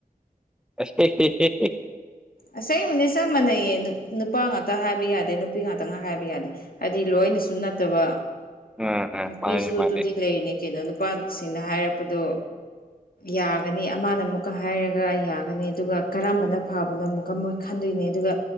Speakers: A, in the centre; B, on the left.
A: ꯑꯁ <unintelligible> <inaudible>
B: ꯑꯁꯛꯅꯦ ꯆꯞ ꯃꯥꯟꯅꯩꯌꯦ ꯅꯨꯄꯥ ꯉꯥꯛꯇ ꯍꯥꯏꯕ ꯌꯥꯗꯦ ꯅꯨꯄꯤ ꯉꯥꯛꯇ ꯉ ꯍꯥꯏꯕ ꯌꯥꯗꯦ ꯍꯥꯏꯗꯤ ꯂꯣꯏꯅꯁꯨ ꯅꯠꯇꯕ
A: ꯑ ꯑ ꯑ
B: ꯅꯨꯄꯤꯁꯨ
A: ꯃꯥꯅꯦ ꯃꯥꯅꯦ
B: ꯑꯗꯨꯗꯤ ꯂꯩꯔꯤꯅꯤ ꯀꯩꯅꯣ ꯅꯨꯄꯥꯁꯤꯡꯗ ꯍꯥꯏꯔꯛꯄꯗꯣ ꯌꯥꯒꯅꯤ ꯑꯃꯅ ꯑꯃꯨꯛꯀ ꯍꯥꯏꯔꯒ ꯌꯥꯒꯅꯤ ꯑꯗꯨꯒ ꯀꯔꯝꯕꯅ ꯐꯥꯕꯅꯣ ꯑꯃꯨꯛ ꯀꯃꯣꯏ ꯈꯟꯗꯣꯏꯅꯦ ꯑꯗꯨꯒ